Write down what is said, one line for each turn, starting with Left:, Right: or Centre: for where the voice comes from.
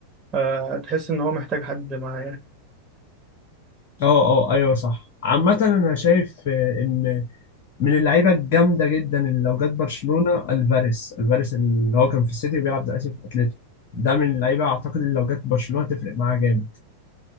Right: آه، تحس ان هو محتاج حد معاه يعني.
Left: اه اه ايوه صح عامة انا شايف آه، ان من اللعيبة الجامدة جدا اللي لو جت برشلونة الفاريس الفاريس اللي هو كان في السيتي وبيلعب دلوقتي في اتلتيكو ده من اللعيبة اعتقد اللي لو جت برشلونة تفرق معاه جامد